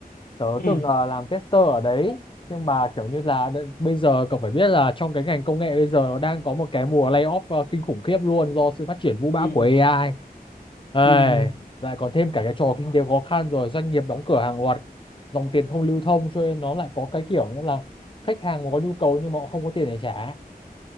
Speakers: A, on the left; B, on the left.
A: tớ
B: ừ
A: từng ờ, làm tester ở đấy nhưng mà kiểu như là đ- bây giờ cậu phải biết là trong cái ngành công nghệ bây giờ nó đang có một cái mùa layoff ờ, kinh khủng khiếp luôn do sự phát triển vũ bão
B: ừ
A: của AI Ê,
B: ừ
A: lại còn thêm cả cái trò kinh tế khó khăn rồi doanh nghiệp đóng cửa hàng loạt dòng tiền không lưu thông cho nên nó lại có cái kiểu như là khách hàng có nhu cầu nhưng mà họ không có tiền để trả